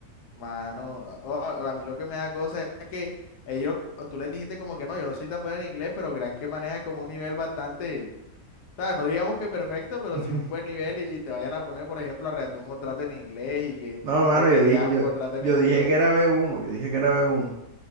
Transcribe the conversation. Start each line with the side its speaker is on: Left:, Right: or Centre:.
Left: Mano, a oh, a mí lo que me da cosa es que ellos, o tú les dijiste como que no, yo no soy tan buena en inglés, pero crean que maneja como un nivel bastante, o sea, no digamos que perfecto, pero
Right: <laughs>
Left: sí un buen nivel y, y te vayan a poner, por ejemplo, a redactar un contrato en inglés y que,
Right: No, mano,
Left: o que
Right: yo dije,
Left: leas
Right: yo,
Left: un contrato en
Right: yo
Left: inglés.
Right: dije que era b uno, yo dije que era b uno,